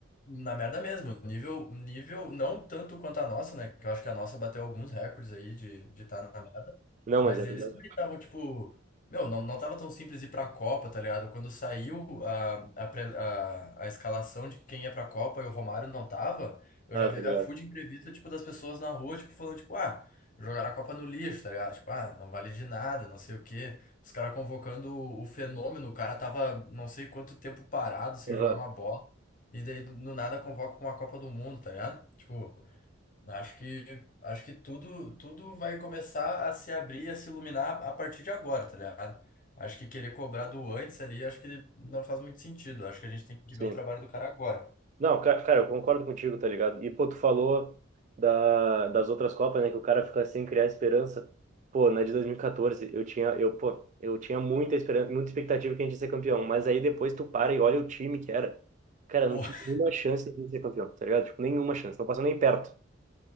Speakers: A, on the left; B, on the right.
A: na merda mesmo, nível, nível não tanto quanto a nossa, né? Que eu acho que a nossa bateu alguns recordes aí de de estar na merda.
B: Não,
A: Mas
B: mas é verdade.
A: eles também estavam, tipo, meu, não, não tava tão simples ir pra Copa, tá ligado? Quando saiu a, a, pre- a, a escalação de quem ia pra Copa e o Romário não tava, eu
B: Ah,
A: já vi
B: tá ligado.
A: a food entrevista, tipo, das pessoas na rua, tipo, falando, tipo, ah, jogaram a Copa no lixo, tá ligado? Tipo, ah, não vale de nada, não sei o quê. Os caras convocando o o fenômeno, o cara tava não sei quanto tempo parado sem
B: Aham,
A: jogar uma bola. E daí do nada convoca pra uma Copa do Mundo, tá ligado? Tipo, acho que acho que tudo tudo vai começar a se abrir, a se iluminar a partir de agora, tá ligado? Acho que querer cobrar do antes ali, acho que não faz muito sentido. Acho que a gente tem que ver
B: Sim.
A: o trabalho do cara agora.
B: Não, ca- cara, eu concordo contigo, tá ligado? E, pô, tu falou da, das outras Copas, né? Que o cara fica sem criar esperança. Pô, na de 2014, eu tinha, eu, pô, eu tinha muita esperança, muita expectativa que a gente ia ser campeão. Mas aí depois tu para e olha o time que era. Cara,
A: Pô,
B: não tinha
A: <laughs>
B: nenhuma chance de a gente ser campeão, tá ligado? Tipo, nenhuma chance, não passou nem perto.